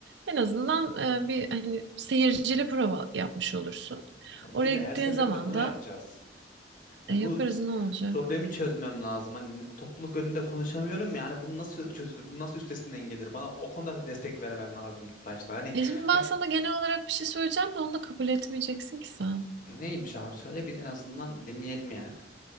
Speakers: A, on the right (about 65°); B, on the left (about 45°).
A: en azından e, bir hani seyircili prova yapmış olursun.
B: Yani iyi
A: Oraya
B: de
A: gittiğin
B: her seferinde
A: zaman
B: bunu mu
A: da
B: yapacağız? Ben
A: e, yaparız
B: bu
A: ne olacak?
B: problemi çözmem lazım. Hani topluluk önünde konuşamıyorum ya. Hani bunu nasıl çözülür? Bunu nasıl üstesinden gelir? Bana o konuda destek vermen lazım ilk başta. Hani
A: E şimdi ben
B: he-
A: sana genel olarak bir şey söyleyeceğim de onu da kabul etmeyeceksin ki sen.
B: neymiş abi? Söyle bir en azından dinleyelim yani.